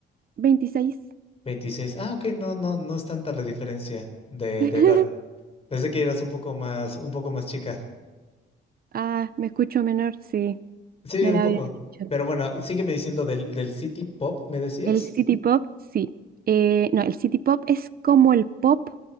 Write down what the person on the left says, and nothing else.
26. Ah, ok, no, no, no es tanta la diferencia de,
de edad. Pensé que eras un poco más, un poco más chica.
Sí,
un
poco.
Pero bueno, sígueme diciendo del, del City Pop, ¿me decías?